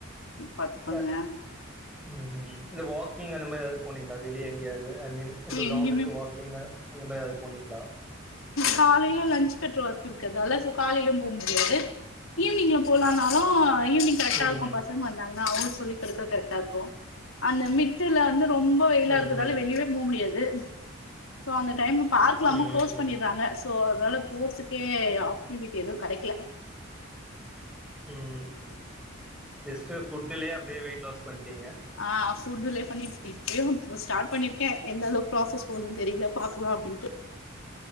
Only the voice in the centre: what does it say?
ல்ல ம்ம் இல்ல வாக்கிங் அந்த மாதிரி ஏதாவது போனீங்களா வெளிய எங்யாவது ஐ மீன் இப்போ க்ரௌண்டுக்கு
வாக்கிஙு அந்த மாதிரி ஏதாவது போனிீங்களா
ம்,
ம்.
ம்,
ம்.
ம், ம்,
ம்,
ம்.
ம்ம் ஜஸ்ட்டு ஃபுட்டுலயே அப்டியே வெயிட் லாஸ் பண்ணிட்டீங்க